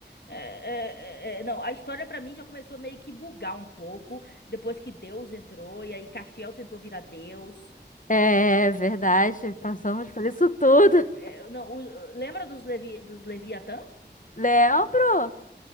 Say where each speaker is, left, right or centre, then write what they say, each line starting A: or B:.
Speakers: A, on the left; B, on the left.
A: É, é, é, é, não, a história pra mim já começou meio que bugar um pouco depois que Deus entrou e aí Castiel tentou virar Deus.
B: É verdade, passamos por isso tudo. <laughs>
A: Eu não, o- lembra dos Levi, dos Leviatã?
B: Lembro?